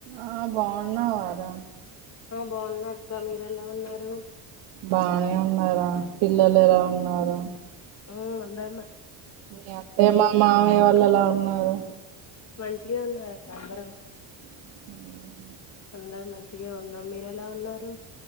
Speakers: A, on the right; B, on the left.
A: ఆ బాన్నావారా
B: బాన్నా అక్క మీరు ఎలా ఉన్నారు
A: బానే ఉన్నారా పిల్లలు ఎలా ఉన్నారు
B: ఆ అందే
A: మీ అత్తయ మా మామయ్య వాళ్ళులా ఉన్నారు.
B: మంచిగే ఉన్నారు అక్క అందరు
A: ఉ
B: అందరు మంచిగా ఉన్నాం మీరేలా ఉన్నారు.